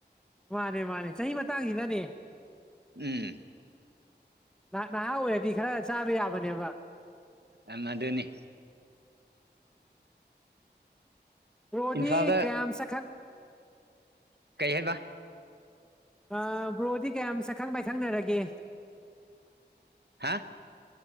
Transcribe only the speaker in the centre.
ꯃꯥꯅꯦ ꯃꯥꯅꯦ ꯆꯍꯤ ꯃꯇꯥꯡꯁꯤꯅꯅꯦ
ꯅꯍꯥꯛ ꯅꯍꯥ ꯑꯣꯏꯔꯗꯤ ꯈꯔ ꯆꯥꯕ ꯌꯥꯕꯅꯦꯕ
ꯕ꯭ꯔꯣꯗꯤ
ꯀꯌꯥꯝ ꯁꯛ ꯈꯪ
ꯑ ꯕ꯭ꯔꯣꯗꯤ ꯀꯌꯥꯝ ꯁꯛꯈꯪ ꯃꯥꯏꯈꯪꯅꯔꯒꯦ